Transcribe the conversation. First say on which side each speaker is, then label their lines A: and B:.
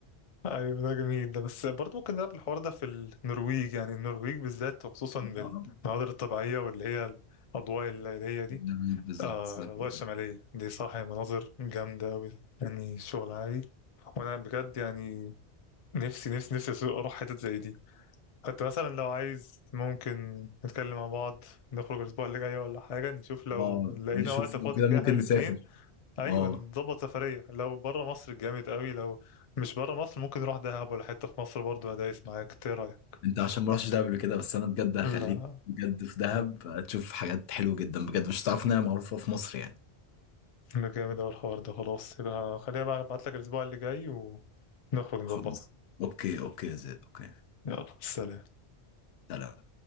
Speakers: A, on the left; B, on the left.
A: ايوه ده جميل ده بس برضه ممكن نلعب الحوار ده في النرويج يعني النرويج بالذات وخصوصا المناظر
B: اه
A: الطبيعيه واللي هي الاضواء الليليه دي
B: جميل بالظبط
A: آه
B: زي
A: الاضواء
B: ما
A: الشماليه
B: قلت.
A: دي صح هي مناظر جامده قوي يعني شغل عالي وانا بجد يعني نفسي نفسي نفسي أسوق- اروح حتت زي دي حتى مثلا لو عايز ممكن نتكلم مع بعض نخرج الاسبوع اللي جاي ولا حاجه نشوف لو
B: اه
A: لقينا
B: نشوف
A: وقت فاضي
B: لو كده
A: فيه
B: ممكن
A: احنا الاثنين
B: نسافر
A: ايوه
B: اه
A: نظبط سفريه لو بره مصر جامد قوي لو مش بره مصر ممكن نروح دهب ولا حته في مصر برضه ادايس معاك إنت ايه رايك
B: انت عشان ما رحتش دهب قبل كده بس انا بجد هخليك
A: لا
B: بجد في دهب هتشوف حاجات حلوه جدا بجد مش هتعرف انها معروفه في مصر يعني
A: ده جامد اوي الحوار ده خلاص يبقى خليها بقى ابعت لك الاسبوع اللي جاي ونخرج
B: خلاص
A: نظبطها
B: اوكي اوكي يا زيد اوكي
A: يلا سلام
B: سلام